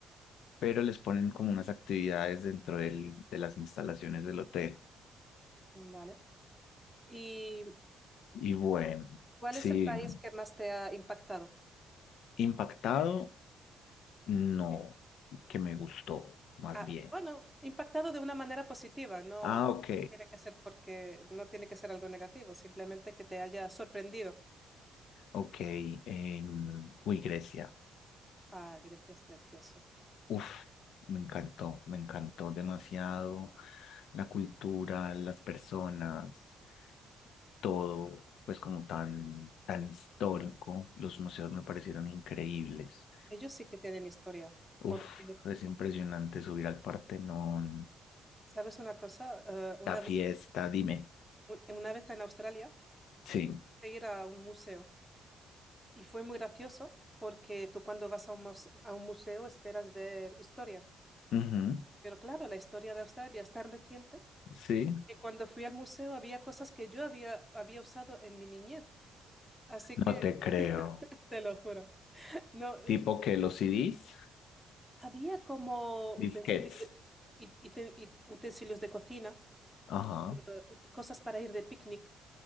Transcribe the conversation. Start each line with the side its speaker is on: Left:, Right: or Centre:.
Left: pero les ponen como unas actividades dentro del- de las instalaciones del hotel.
Centre: Vale. Y
Left: Y bueno,
Centre: ¿Cuál
Left: sí,
Centre: es el país que más te ha impactado?
Left: impactado, no,
Centre: Eh,
Left: que me gustó, más
Centre: ah,
Left: bien.
Centre: bueno, impactado de una manera positiva, no
Left: Ah, ok.
Centre: tiene que ser porque no tiene que ser algo negativo, simplemente que te haya sorprendido.
Left: Ok, em, uy, Grecia.
Centre: Ah, Grecia es precioso.
Left: Uf, me encantó, me encantó demasiado la cultura, las personas, todo, pues como tan, tan histórico. Los museos me parecieron increíbles.
Centre: Ellos sí que tienen historia,
Left: Uf,
Centre: porque,
Left: es impresionante subir al Partenón,
Centre: ¿sabes una cosa? Eh, una
Left: la fiesta,
Centre: vez,
Left: dime.
Centre: un- una vez en Australia,
Left: Sí,
Centre: de ir a un museo y fue muy gracioso porque tú cuando vas a un, muse- a un museo esperas ver historia,
Left: ujú,
Centre: pero claro, la historia de Australia es tan reciente
Left: sí,
Centre: que cuando fui al museo había cosas que yo había, había usado en mi niñez. Así
Left: no
Centre: que
Left: te creo.
Centre: te lo juro. No, eh,
Left: Tipo que los CDs,
Centre: había como
Left: disquetes.
Centre: utensilios de, y- y te- utensilios de cocina,
Left: Ajá.
Centre: eh, ut- cosas para ir de picnic,